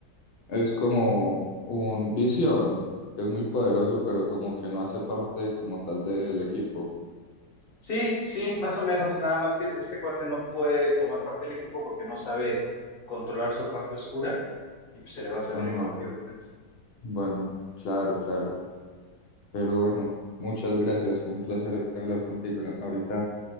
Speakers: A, on the left; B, on the left.
A: Es como un visión, que es muy poderoso, pero como que no hace parte como tal del equipo.
B: Sí, sí, más o menos, nada más que este cuate no puede tomar parte del equipo porque no sabe controlar su parte oscura y pues se le va a salir
A: Ajá,
B: en cualquier momento.
A: bueno, claro, claro. Pero bueno, muchas gracias. Fue un placer hablar contigo. Ahorita.